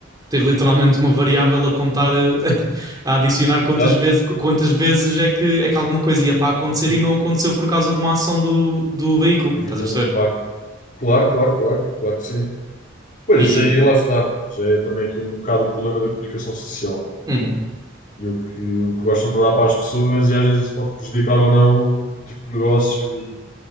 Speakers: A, on the right; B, on the left.
A: ter literalmente uma variável a contar, eh, <laughs> a adicionar quantas
B: Exato.
A: vezes, quantas vezes é que, é que alguma coisa ia para acontecer
B: Evita,
A: e não aconteceu por causa de uma ação do, do veículo,
B: evita
A: estás a perceber?
B: o impacto. Claro, claro, claro, claro que sim. Pois
A: E.
B: isso aí lá está. Já é também aqui um, bocado o problema da comunicação social
A: Uhum,
B: e o que, o que gostam de mandar para as pessoas, e às vezes isso pode prejudicar ou não o tipo de negócio e